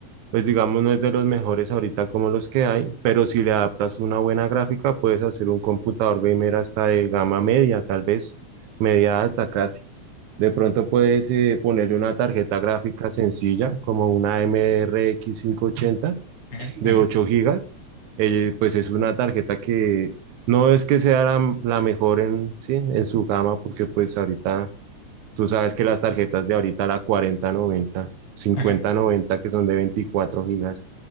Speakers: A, on the right; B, on the left.
A: pues digamos no es de los mejores ahorita como los que hay, pero si le adaptas una buena gráfica puedes hacer un computador gamer hasta de gama media, tal vez media alta casi. De pronto puedes eh, ponerle una tarjeta gráfica sencilla como una MRX ochenta
B: ujú,
A: de
B: ujú,
A: ocho gigas Eh, pues es una tarjeta que no es que sea la, la mejor en, sí, en su gama porque pues ahorita Tú sabes que las tarjetas de ahorita, la cuarenta noventa, cincuenta
B: ujú.
A: noventa que son de 24 gigas,